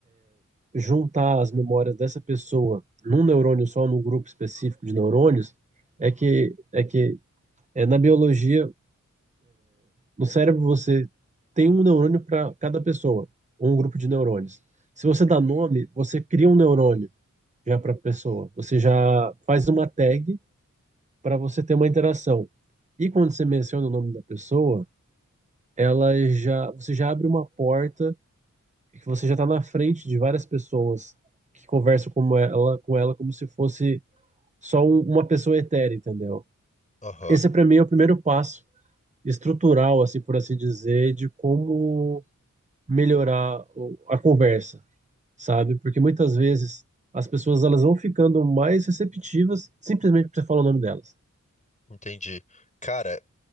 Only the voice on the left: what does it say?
Aham,
entendi. Cara,